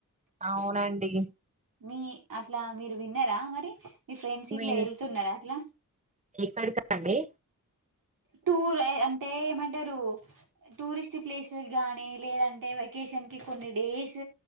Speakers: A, on the right (about 20°); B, on the right (about 85°).
A: అవునండి
B: మీ అట్లా మీరు విన్నారా మరి మీ ఫ్రెండ్స్ ఇట్లా
A: మీ
B: వెళ్తున్నారా అట్లా
A: ఎక్కడికండి
B: టూర్ ఎ అంటే ఏమంటారు టూరిస్ట్ ప్లేసు లు గానీ లేదంటే వెకేషన్ కి కొన్ని డేస్